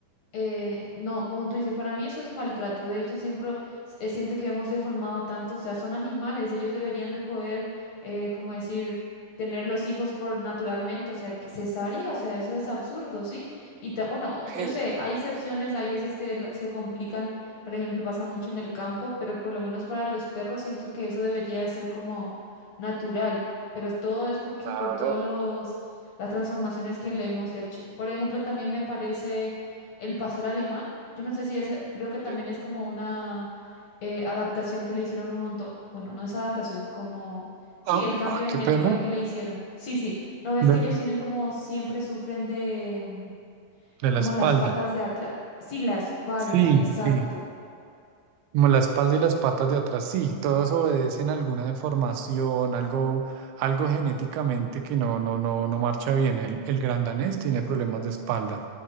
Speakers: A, on the left (about 65°); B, on the right (about 85°).
A: Eh, no, como tú dices, para mí eso es maltrato. De hecho, siempre eh, siento que hemos deformado tanto, o sea, son animales, ellos deberían de poder, eh, como decir, tener los hijos por naturalmente, o sea, que- cesárea, o sea, eso es absurdo, ¿sí? Y ta- bueno, yo
B: eh,
A: sé, hay excepciones, hay veces que la- se complican, por ejemplo, pasa mucho en el campo, pero por lo menos para los perros siento que eso debería de ser como natural, pero todo es porque
B: claro.
A: por todos los las transformaciones que le hemos hecho. Por ejemplo, también me parece el pastor alemán, yo no sé si es, creo que también
B: sí.
A: es como una eh, adaptación que le hicieron un montón, bueno, no es adaptación, como, sí,
B: Ah,
A: el cambio
B: ah,
A: de
B: qué
A: genética
B: perro.
A: que le hicieron. Sí, sí, ¿no ves
B: De,
A: que ellos tienen como siempre sufren de mm,
B: de la
A: como
B: espalda.
A: las patas de atrás? Sí, la espalda,
B: Sí,
A: exacto.
B: sí. Como la espalda y las patas de atrás, sí, todas obedecen a alguna deformación, algo, algo genéticamente que no, no, no, no marcha bien. El, el gran danés tiene problemas de espalda.